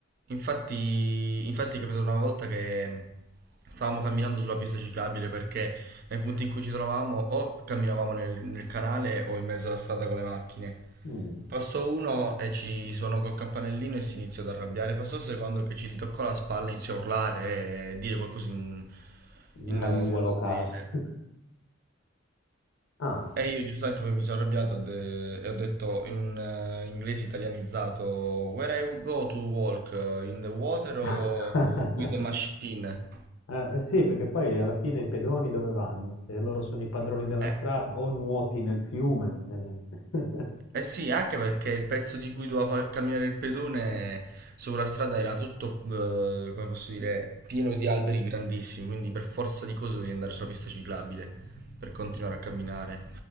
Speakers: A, on the right; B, on the left.
A: infatti, infatti è capitato una volta che stavamo camminando sulla pista ciclabile perché nei punti in cui ci trovavamo o camminavamo nel, nel canale o in mezzo alla strada con le macchine.
B: Mm,
A: Passò uno e ci suonò col campanellino e si iniziò ad arrabbiare. Passò il secondo che ci toccò la spalla e iniziò a urlare e dire qualcosa in,
B: Una
A: in, in
B: lingua
A: olandese.
B: locale. <laughs> Ah.
A: E io giustamente poi mi sono arrabbiato ho de- e ho detto in un eh, inglese italianizzato Where I go to walk? eh, In the water o
B: <laughs>
A: with the machine?
B: Eh, sì, perché poi alla fine i pedoni dove vanno? Se loro sono i padroni della
A: Eh,
B: strada, o nuoti nel fiume. eh. <laughs>
A: eh sì, anche perché il pezzo di cui doveva pa- camminare il pedone sopra la strada era tutto, eh, come posso dire, pieno di alberi grandissimi, quindi per forza di cose dovevi andare sulla pista ciclabile per continuare a camminare.